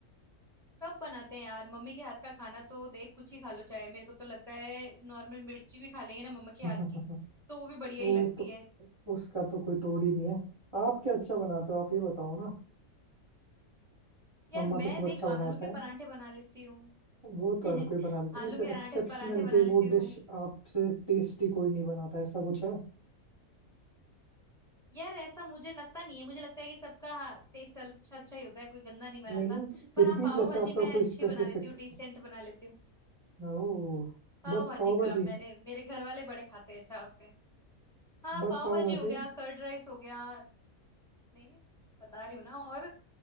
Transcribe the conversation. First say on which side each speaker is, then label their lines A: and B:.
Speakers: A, in the centre; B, on the right.
A: सब बनाते हैं यार मम्मी के हाथ का खाना तो देख कुछ ही खा लो चाहे मेरे को तो लगता है नॉर्मल मिर्ची भी खा लेंगे ना मम्मा के
B: <laughs>
A: हाथ की तो वो भी बढ़िया
B: वो
A: ही लगती
B: तो
A: है
B: उसका तो कोई तोड़ ही नहीं है आप क्या अच्छा बनाते हो आप ये बताओ ना
A: यार
B: मम्मा
A: मैं
B: तो सब
A: देख
B: अच्छा
A: आलू
B: बनाते
A: के
B: हैं
A: परांठे बना लेती हूँ
B: वो
A: <laughs>
B: तो हर कोई बना लेता
A: आलू
B: है वैसे
A: के परांठे
B: एक्सेप्शनल
A: परांठे बना
B: के
A: लेती
B: वो
A: हूँ
B: डिश आपसे टेस्टी कोई नहीं बनाता ऐसा कुछ है
A: यार ऐसा मुझे लगता नहीं है मुझे लगता है कि सबका हाँ, टेस्ट अच्छा अच्छा ही होता है कोई गंदा नहीं बनाता
B: नहीं नहीं फिर
A: पर हाँ
B: भी
A: पाव
B: जैसे
A: भाजी
B: आपका
A: मैं
B: कोई
A: अच्छी
B: स्पेसिफिक
A: बना लेती हूँ डिसेंट बना लेती हूँ
B: ओ
A: पाव
B: बस
A: भाजी
B: पाव
A: का
B: भाजी
A: मैंने मेरे घर वाले बड़े खाते हैं चाव से हाँ
B: बस
A: पाव
B: पाव
A: भाजी
B: भाजी
A: हो गया कर्ड राइस हो गया नहीं नहीं बता रही हूँ ना और